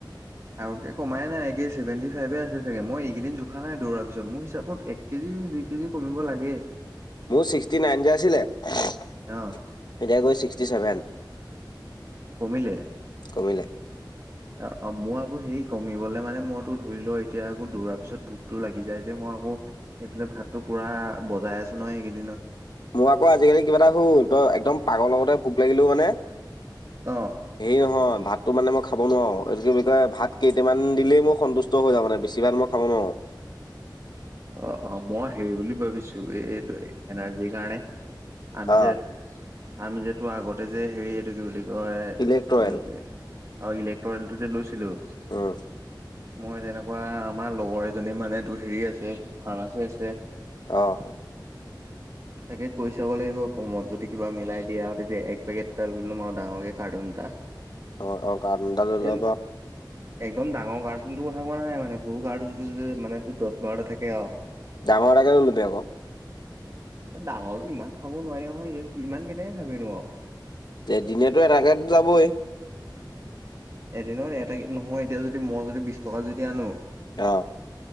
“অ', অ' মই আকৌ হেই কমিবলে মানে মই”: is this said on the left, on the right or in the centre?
Right